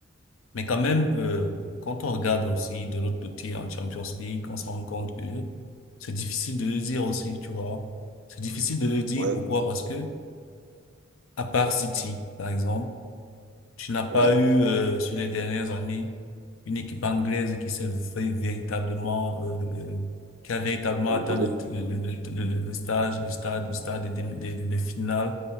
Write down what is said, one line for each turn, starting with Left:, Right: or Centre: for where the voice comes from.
Left: mais quand même, euh, quand on regarde aussi de l'autre côté en Champions League, on se rend compte que c'est difficile de le dire aussi, tu vois. C'est difficile de le dire,
Right: Ouais,
Left: pourquoi? Parce que, à part City, par exemple, Tu n'as pas
Right: ouais.
Left: eu, euh, sur les dernières années, une équipe anglaise qui s'est vé- véritablement, euh, euh, qui a véritablement
Right: Imposer.
Left: atteint le, le, le, le, le- le stage, le stade, le stade des, demi- des, des, des finales